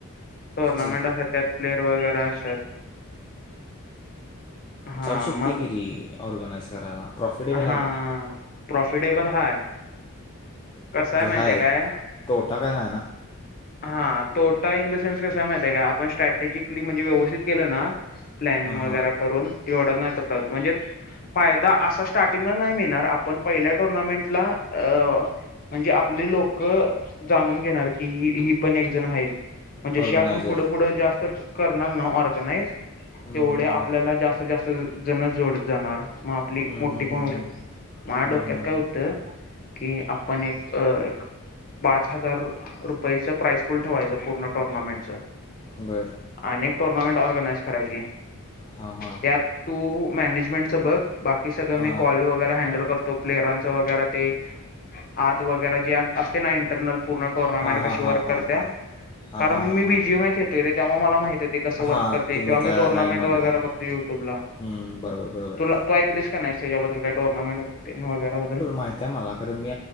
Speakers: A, on the left; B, on the left.
A: टोर्नामेंट
B: च-
A: असत त्यात प्लेअर वगैरे असतात हा
B: चालशक्तिगिरी
A: मग
B: ऑर्गनाइज करायला प्रॉफिटेबल
A: हा
B: आहे काय
A: प्रॉफिटेबल हाय कसय
B: म्हणजे
A: माहिितय
B: हाय
A: काय
B: तोटा काय नाही ना
A: हां तोटा इन द सेन्स कसा माहती आहे का आपण स्ट्रॅटेजिकली म्हणजे व्यवस्थित केलं ना प्लनिंग
B: हां हां
A: वगै करून एवढ नाही त म्हणजे फायदा असा स्टार्टिंगला नाही मिळणार आपण पहिल्या टुर्नामेंटला अ म्हणजे आपले लोक जाणून घेणार की ही ही पण एक जण आहेत जशी
B: ऑर्गनायझर
A: आपण पुढं पुुढं जास्त करणार ना ऑर्गनाइज
B: हम्म,
A: तेवढे
B: हम्म,
A: आपल्याला
B: हम्म.
A: जास्त जास्त जण जोडत जाणार मग आपली
B: हम्म,
A: मो
B: हम्म,
A: पण
B: हम्म,
A: होऊ
B: हम्म,
A: शक
B: हम्म.
A: माझ्या
B: हम्म,
A: डोक्यात
B: हम्म,
A: काय
B: हम्म.
A: होतं की आपण एक पाच हजार रुपयाच प्राइस फुल ठेवायचं पूर्ण टुर्नामेंटचं
B: बरं
A: अने टुर्नामेंट ऑर्गनाइज करायची
B: हां हां
A: त्यात तू मॅनेजमेंटच बघ बाकी सगळं
B: हां
A: मी कॉल वगैरे हँडल करतो प्लेअरांचं वगैरे ते आत वगैरे जे असते ना इंटरनल पूर्ण टुर्नामेंट
B: हां
A: कशी
B: हां
A: वर्क
B: हां
A: करत्या
B: हां हां
A: कारण
B: हां
A: मग
B: हां
A: मी
B: हां हां
A: बीजीय खेतते र तेव्हा मला माहतीे कस
B: हां
A: वर्क करते
B: तुम्ही
A: किंवा
B: त्या
A: मी टोर्नामेंट
B: लाईनमधला
A: वगैरे बघते तू युट्यूब ला
B: हम्म, बरोबर बरोबर
A: तुला तू ऐकलीस का नाही बदल काय टूर्नामेट वगैरे बदल
B: माहिित आहे मला खरं मी